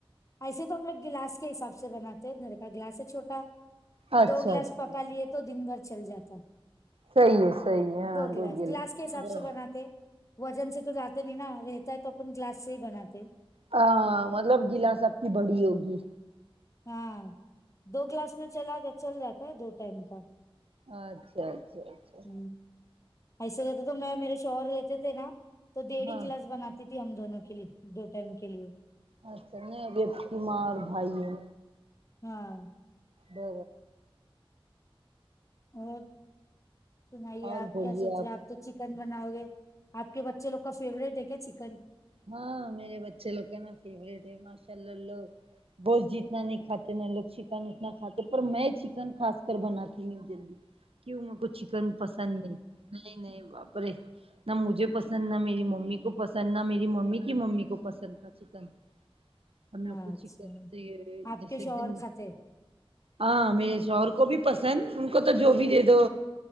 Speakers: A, on the left; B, on the right.
A: ایسے تو ہم لوگ گلاس کے حساب سے بناتے میرے پاس گلاس ہے چھوٹا
B: اچھا
A: دو گلاس
B: اچھا
A: پکا لیے تو دن بھر چل جاتا
B: صحیح ہے صحی ہے ہاں
A: دو گلاس
B: گلا
A: گلاس کے حساب سے بناتے وزن سے تو لاتے نہیں نا رہتا ہے تو اپن گلاس سے ہی بناتے
B: ہاں مطلب گلاس سب کی بڑی ہوگی
A: ہاں دو کلاس میں چلا جیا چل جاتا ہے دو ٹائم کا
B: اچھا اچھا اچھا
A: ہ ایسے رہتے تو میں میرے شوہر رہتے تھے نا تو ڈیڑھ
B: ہاں
A: ہی گلاس بناتے دیدی ہم دونوں کےلی دو ٹائم کے لیے
B: اچھا نہیں ادر بیمار بھائی ہے
A: ہاں
B: دے
A: اور سنائیے
B: اور
A: آپ
B: بولیے
A: کیا سوچ رہے آپ تو چکن بناؤ گے آپ کے بچے لوگ کا فیوریٹ ہے کیا چکن
B: ہاں میرے بچے لوگ کا نا فیوریٹ ہے ماشاء اللہ لوگ گوشت جتنا نہیں کھاتے میں لوگ چکن اتنا کھاتے پر میں چکن خاص کر بناتی ہوں جلدی کیوں اپ کو چکن پسند نہیں نہیں نہیں نہ مجھے پسند نہ میری ممی کو پسند نہ میری میری ممی کی ممی کو پسند تھا چکن ہم
A: اچھا
B: لوگ کو چکن
A: آپ
B: جیسے
A: کے شوہر
B: ایک دم
A: کھاتے
B: ہاں میرے شوہر کو بھی پسند ان کو تو جو بھی دے دو